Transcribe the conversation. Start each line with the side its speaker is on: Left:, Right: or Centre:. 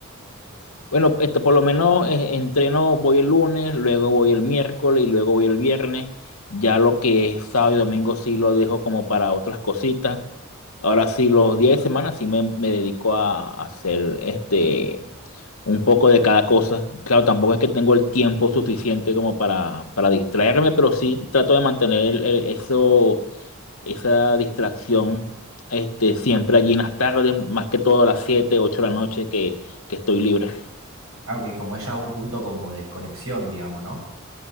Left: Bueno, este, por lo menos eh, entreno, voy el lunes, luego voy el miércoles y luego voy el viernes. Ya lo que es sábado y domingo sí lo dejo como para otras cositas. Ahora sí, los días de semana sí me, me dedico a, a hacer este, un poco de cada cosa. Claro, tampoco es que tengo el tiempo suficiente como para, para distraerme, pero sí trato de mantener el- el- eso, esa distracción este, siempre allí en las tardes, más que todo a las 7, 8 de la noche que, que estoy libre.
Right: Claro que como es ya un punto como de desconexión, digamos, ¿no?